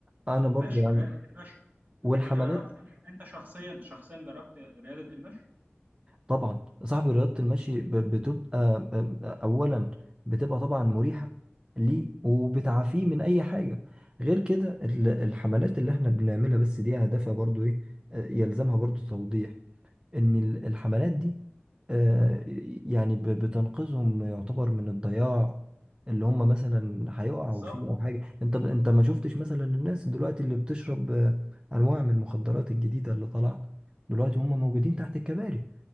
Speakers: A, on the right; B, on the right.
A: انا برضو
B: مشي
A: يعني
B: رياضه المشي
A: والحملات
B: يعني انت جربت انت انت شخصيا شخصيا جربت رياضه المشي
A: طبعا صاحبي رياضة المشي ب- بتبقى آه، آه، اولا بتبقى طبعا مريحة ليه وبتعافيه من اي حاجة غير كده ال- الحملات اللي احنا بنعملها بس دي هدفها برضو ايه آه، يلزمها برضو توضيح ان ال- الحملات دي آه، يعني ب- بتنقذهم يعتبر من الضياع اللي هم مثلا هيقعوا
B: بالظبط
A: فيه او حاجه انت ب- انت ما شفتش مثلا الناس دلوقتي اللي بتشرب آه، انواع من المخدرات الجديده اللي طالعه دلوقتي هم موجودين تحت الكباري